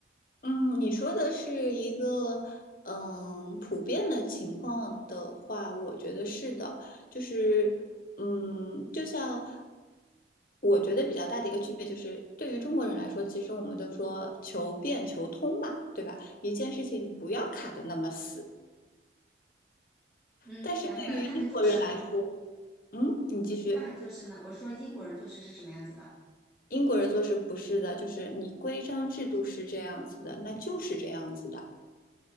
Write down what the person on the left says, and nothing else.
嗯，你说的是一个嗯普遍的情况的话，我觉得是的，就是嗯，就像我觉得比较大的一个区别就是，对于中国人来说，其实我们都说求变求通嘛，对吧？一件事情不要卡得那么死。
但是对于英国人来说，
嗯，你继续，
英国人做事不是的，就是你规章制度是这样子的，那就是这样子的。